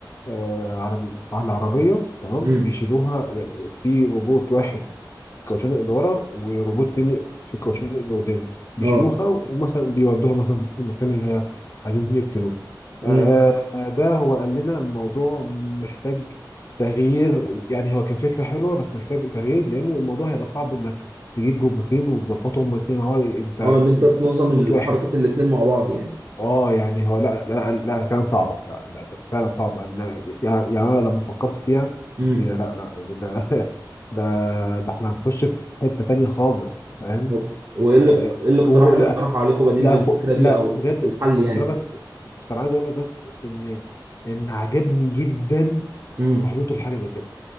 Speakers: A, on the left; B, on the right.
A: آه، على على العربية تمام
B: امم
A: بيشيلوها يعني في روبوت واحد في الكاوتشين اللي ورا وروبوت تاني في الكاوتشين اللي قدام بيشيلوها
B: اه
A: ومثلا بيودوها مثلا المكان اللي هي عايزين فيه يركنوه آه،
B: امم
A: آه، ده هو قال لنا الموضوع محتاج تغيير يعني هو كفكرة حلوة بس محتاج تغيير لأن الموضوع هيبقى صعب إنك تجيب روبوتين وتظبطهم الاتنين مع بعض أنت
B: اه ان انت
A: أنت
B: تنظم الحركه
A: روبوت واحد
B: الاتنين مع بعض
A: اه يعني هو لا لا لا, لا فعلا صعبه لا, لا, لا فعلا صعبه ان يعني يعني انا لما فكرت فيها
B: يعني
A: ايه ده لا لا ده <laughs> ده ده, ده احنا هنخش في حته تانية خالص فاهم
B: طب وايه
A: آه
B: اللي ايه الاقتراح
A: ولا
B: اللي اقترحه عليكم بديل
A: لا
B: للفكره
A: فوق
B: دي
A: لا
B: او
A: بجد
B: الحل يعني
A: بس انا بس بس انا عايز اقول لك بس ان ان عجبني جدا
B: امم
A: ملاحظته لحاجه زي كده